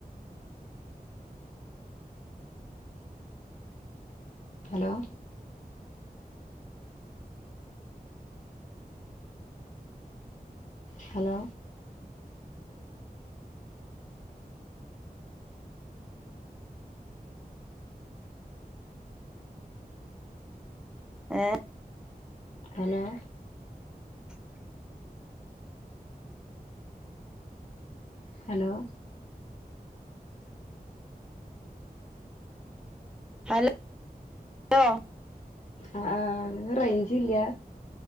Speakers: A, on the left; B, in the centre.
A: ഹലോ ഹലോ
B: ഏ
A: ഹലോ
B: <inaudible>
A: ഹലോ
B: ഹലോ
A: ആ അ റേഞ്ച് ഇല്ല